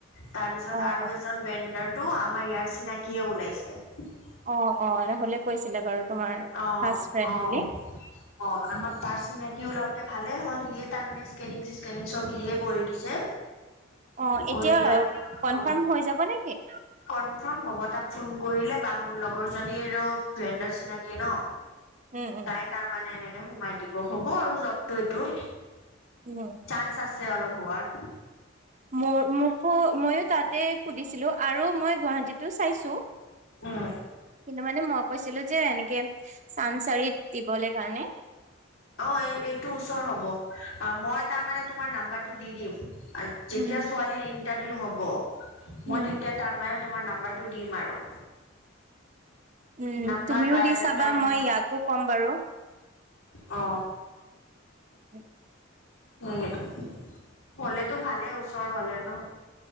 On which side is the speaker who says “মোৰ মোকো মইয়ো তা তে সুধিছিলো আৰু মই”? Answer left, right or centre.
Right